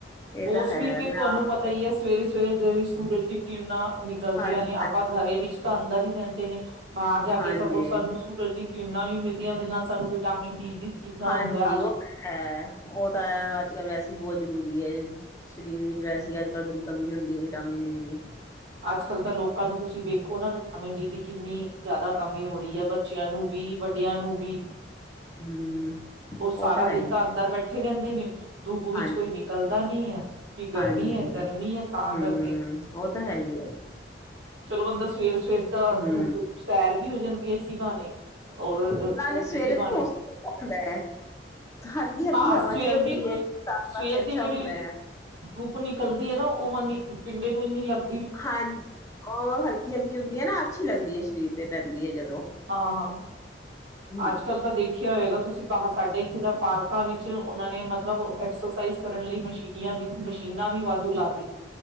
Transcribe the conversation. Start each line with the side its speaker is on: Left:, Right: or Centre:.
Left: ਇਹ
Right: ਉਸ
Left: ਤਾਂ ਹੈ
Right: ਵੀ ਫਿਰ
Left: ਮੈਂ
Right: ਤੁਹਾਨੂੰ ਪਤਾ ਹੀ ਹੈ ਸਵੇਰੇ ਸਵੇਰੇ ਜਿਹੜੀ ਸੂਰਜ ਦੀ ਕਿਰਨਾਂਾਂ ਨਿਕਲਦੀਆਂ
Left: ਹਾਂਜੀ
Right: ਨੇ ਆਪਾਂ ਘਰੇ ਵਿੱਚ ਸ਼ਾਨਦਾਰ ਹੀ ਰਹਿੰਦੇ ਨੇ ਬਾਹਰ ਜਾ
Left: ਹਾਂਜੀ
Right: ਕੇ ਸਗੋਂ ਸਾਨੂੰ ਸੂਰਜ ਦੀ ਕਿਰਨਾਂਾਂ ਵੀ ਮਿਲਦੀਆਂ ਉਹਦੇ ਨਾਲ ਸਾਨੂੰ <unintelligible>
Left: ਹਾਂਜੀ
Right: ਹੁੰਦਾ ਹੈ। ਅੱਜ
Left: ਉਹ ਹੈ ਉਹ ਤਾਂ ਅੱਜ ਕੱਲ ਵੈਸੇ ਬਹੁਤ ਜਰੂਰੀ ਹੈ ਸਰੀਰ ਵਿੱਚ ਵੈਸੇ ਅੱਜ ਕੱਲ੍ਹ ਬੜੀ ਕਮੀ ਹੁੰਦੀ ਹੈ ਵਿਟਾਮਿਨ ਡੀ ਦੀ
Right: ਅੱਜ ਕੱਲ ਤਾਂ ਲੋਕਾਂ ਨੂੰ ਤੁਸੀਂ ਵੇਖੋ ਨਾ ਵਿਟਾਮਿਨ ਡੀ ਦੀ ਕਿੰਨੀ ਜ਼ਿਆਦਾ ਕਮੀ ਹੋ ਰਹੀ ਹੈ ਬੱਚਿਆਂ ਨੂੰ ਵੀ ਵੱਡਿਆਂ ਨੂੰ ਵੀ
Left: ਹਮ
Right: ਉਹ ਸਾਰਾ
Left: ਹੈ
Right: ਦਿਨ
Left: ਹੀ
Right: ਤਾਂ ਅੰਦਰ
Left: ਹੈ
Right: ਬੈਠੇ ਰਹਿੰਦੇ ਨੇ ਧੁੱਪ ਵਿੱਚ
Left: ਹਾਂ
Right: ਕੋਈ ਨਿਕਲਦਾ ਨਹੀਂ ਕਿ ਗਰਮੀ
Left: ਹਾਂਜੀ
Right: ਹੈ ਗਰਮੀ ਹੈ
Left: ਹਮ
Right: ਤਾਂ ਕਰਕੇ
Left: ਉਹ ਤਾਂ ਹੈ ਹੀ ਹੈ
Right: ਚਲੋ ਬੰਦਾ ਸਵੇਰ ਸਵੇਰ ਤਾਂ
Left: ਹਮ
Right: ਧੁੱਪ ਸੈਰ ਵੀ ਹੋ ਜਾਂਦਾ <unintelligible> ਔਰ
Left: ਨਾਲੇ ਸਵੇਰੇ
Right: ਇਸ
Left: ਨਾ
Right: ਬਹਾਨੇ
Left: ਮੌਸਮ ਹੁੰਦਾ ਹੈ ਹਲਕੀ ਹਲਕੀ
Right: ਹਾਂ
Left: ਹਵਾ
Right: ਸਵੇਰ
Left: ਚੱਲਦੀ
Right: ਦੀ
Left: ਹੈ ਬਰਸਾਤ
Right: ਸਵੇਰ
Left: ਵਾਸਤੇ ਅੱਛਾ
Right: ਦੀ ਜਿਹੜੀ
Left: ਹੁੰਦਾ ਹੈ
Right: ਧੁੱਪ ਨਿਕਲਦੀ ਹੈ ਨਾ ਉਹ ਮਨੀ ਪਿੰਡੇ ਨੂੰ ਇੰਨੀ ਲੱਗਦਾ
Left: ਹਾਂਜੀ ਉਹ ਹਲਕੀ ਹਲਕੀ ਹੁੰਦੀ ਹੈ ਨਾ ਅੱਛੀ ਲੱਗਦੀ ਹੈ ਸਰੀਰ <unintelligible>
Right: ਹਾਂ ਹਾਂ
Left: ਹਮ
Right: ਅੱਜ ਕੱਲ ਤਾਂ ਦੇਖਿਆ ਹੋਏਗਾ ਤੁਸੀਂ ਤਾਂ ਸਾਡੇ ਇਥੇ ਦਾ ਪਾਰਕਾਂ ਵੀ ਉਹਨਾਂ ਨੇ ਮਤਲਬ ਐਕਸਰਸਾਈਜ਼ ਕਰਨ ਲਈ ਮਸ਼ੀਨੀਆਂ ਵੀ ਮਸ਼ੀਨਾਂ ਵੀ ਵਾਧੂ ਲਾ ਦਿੱਤੀ